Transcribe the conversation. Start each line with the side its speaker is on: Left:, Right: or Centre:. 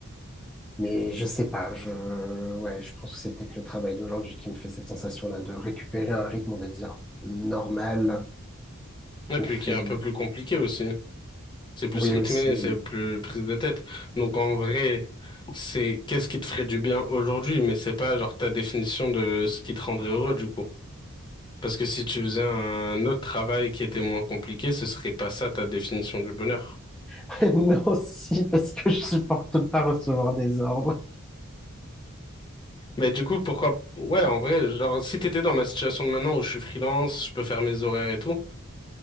Centre: Mais je sais pas, je, ouais, je pense que c'est peut-être le travail d'aujourd'hui qui me fait cette sensation-là de récupérer un rythme, on va dire, normal,
Left: Et
Centre: qui
Left: puis
Centre: me fait,
Left: qui est un peu plus compliqué aussi. C'est plus
Centre: oui
Left: rythmé,
Centre: aussi,
Left: c'est
Centre: oui.
Left: plus prise de tête. Donc en vrai, c'est qu'est-ce qui te ferait du bien aujourd'hui, mais c'est pas genre ta définition de ce qui te rendrait heureux du coup. Parce que si tu faisais un autre travail qui était moins compliqué, ce serait pas ça ta définition du bonheur.
Centre: <laughs> Non, si, parce que je supporte pas recevoir des ordres.
Left: Mais du coup, pourquoi... Ouais, en vrai, genre, si t'étais dans ma situation de maintenant où je suis freelance, je peux faire mes horaires et tout,